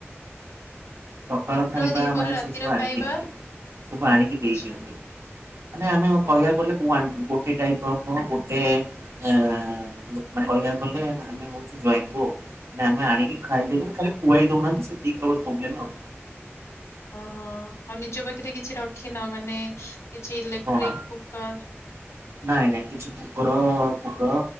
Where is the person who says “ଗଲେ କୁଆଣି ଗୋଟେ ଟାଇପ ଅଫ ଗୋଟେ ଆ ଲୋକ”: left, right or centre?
Right